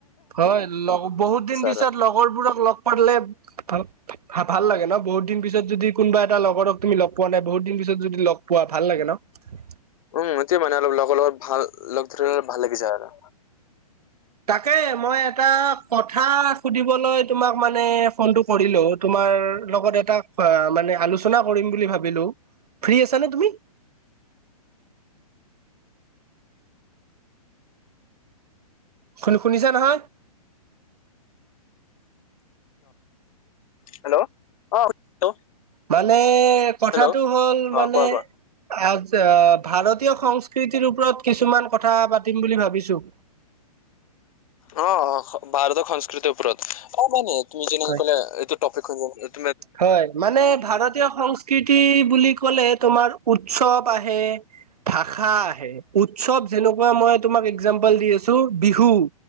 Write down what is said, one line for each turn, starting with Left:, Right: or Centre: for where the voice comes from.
Right: হয় লগ বহুত দিন পিছত
Left: আৰু
Right: লগৰবোৰক লগ পালে ভা ভাল লাগে ন বহুত দিন পিছত যদি কোনবা এটা লগৰক তুমি লগ পোৱা নাই। বহুত দিন পিছত যদি লগ পোৱা ভাল লাগে ন। <unintelligible>
Left: উম এতিয়া মানে অলপ লগৰ লগত ভাল। লগ ধৰি কিনে ভাল লাগি যায় আৰু।
Right: তাকে মই এটা কথা সুধিবলৈ তোমাক মানে ফোনটো কৰিলো। তোমা তোমাৰ লগত এটা অ মানে আলোচনা কৰিম বুলি ভাবিলো। ফ্ৰী আছা নে তুমি? শুনি শুনিছা নহয়?
Left: হেল্ল' আহ হেল্ল'।
Right: মানে কথাটো
Left: হেল্ল' অ
Right: হ'ল মানে
Left: কোৱা কোৱা
Right: আচ্ছা ভাৰতীয় সং সংস্কৃতিৰ ওপৰত কিছুমান কথা পাতিম বুলি ভাবিছো।
Left: অ অ ভাৰতৰ সংস্কৃতিৰ ওপৰত। অ মানে তুমি যেনেকে
Right: হয়
Left: ক'লে এইটো তপিক <unintelligible>
Right: হয় মানে ভাৰতীয় সংস্কৃতি বুলি ক'লে তোমাৰ উৎসৱ আহে, ভাষা আহে। উৎসৱ যেনেকুৱা মই তোমাক একজাম্পল দি আছো বিহু।